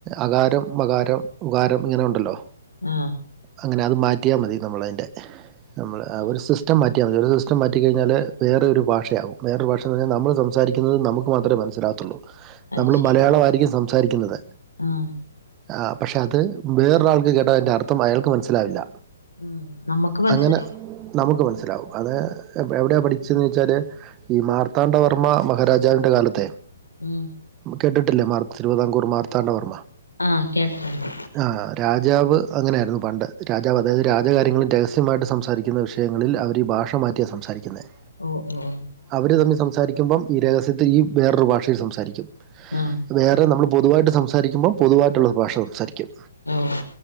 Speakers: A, on the right; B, on the left.
A: അകാരം, മകാരം, ഉകാരം, ഇങ്ങനെ ഉണ്ടല്ലോ.
B: ആ
A: അങ്ങനെ അത് മാറ്റിയാൽ മതി നമ്മള അതിൻ്റെ നമ്മൾ
B: ആഹ്
A: ഒരു സിസ്റ്റം മാറ്റി ഒരു സിറ്റിഴിഞ്ഞാൽ വേറൊരു ഭാഷയാവും വേറേ ഭാഷന്ന് പറഞ്ഞാൽ നമ്മൾ സംസാരിക്കുന്നത് നമുക്ക് മാത്രെ മനസ്സിലകത്തുള്ളൂ
B: അത്
A: നമ്മൾ
B: ശരി
A: മലയാള ആയിരിക്കും സംസാരിക്കുന്നത്
B: ആഹ്
A: ആ പക്ഷെ അത് വേറൊരാൾക്ക് കേട്ടതിന്റെ അർത്ഥം അയാൾക്ക് മനസ്സിലാവില്ല
B: ഉം നമ്മുക്ക് മനസ്സിലാവും
A: അങ്ങനെ നമുക്ക് മനസ്സിലാവും അത് എവിടെയാ പഠിച്ചന്ന് വെച്ചാല് ഈ മാർത്താണ്ഡവർമ്മ മഹാരാജാവിന്റെ കാലത്തെ
B: ഉം
A: കേട്ടിട്ടില്ലേ മാർ തിരുവിതാംകൂർ മാർത്താണ്ടവർമ്മ
B: ആ കേട്ടട്ടണ്ട്
A: ആ രാജാവ് അങ്ങനെയായിരുന്നു പണ്ട് രാജാവ് അതായത് രാജകാര്യങ്ങളിൽ രഹസ്യമായിട്ട് സംസാരിക്കുന്ന വിഷയങ്ങളിൽ അവര് ഭാഷ മാറ്റിയാണ് സംസാരിക്കുന്നത്
B: ഓ ഓ ഓ
A: അവര് തമ്മിൽ സംസാരിക്കുമ്പം ഈ രഹസ്യത്തിൽ ഈ വേറൊരു ഭാഷയിൽ സംസാരിക്കും
B: ആ
A: വേറെ നമ്മൾ പൊതുവായിട്ട് സംസാരിക്കുമ്പോ പൊതുവായിട്ടുള്ള ഭാഷ സംസാരിക്കും
B: ആഹ് ഓഹ്